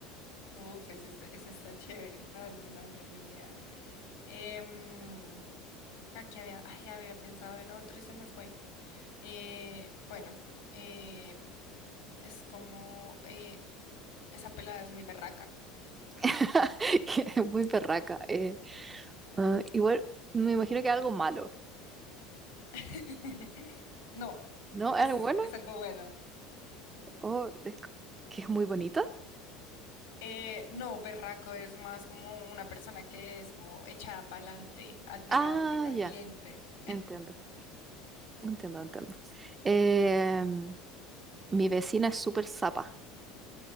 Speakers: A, on the left; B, on the right.
A: Uf, ese está, ese está chévere. No, no, no, no, ni idea. Em, aquí había, ay, había pensado en otro y se me fue. Eh, bueno, eh, es como eh, esa pelada es muy berraca.
B: <laughs> Que Es Muy perraca. eh. Ah, igual, me imagino que algo malo,
A: <laughs> No,
B: ¿no? ¿Algo
A: es,
B: bueno?
A: es algo bueno.
B: ¿O es co- que es muy bonita?
A: Eh, no, berraco es más como una persona que es como echada para adelante, admirable,
B: Ah,
A: valiente.
B: ya, entiendo, entiendo, entiendo. Em, mi vecina es súper zapa.